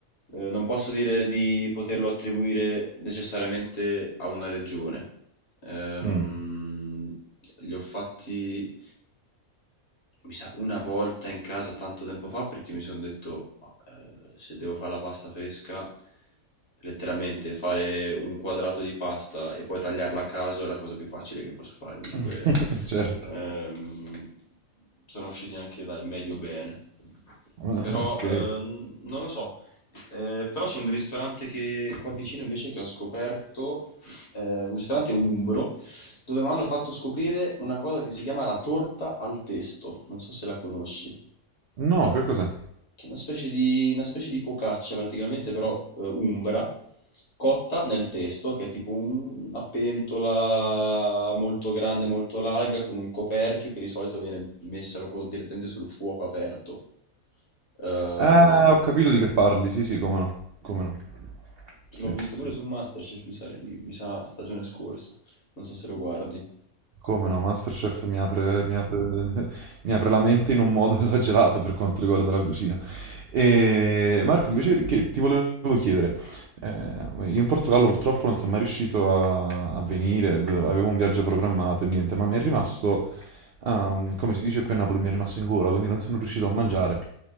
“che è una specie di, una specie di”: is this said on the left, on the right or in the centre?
Left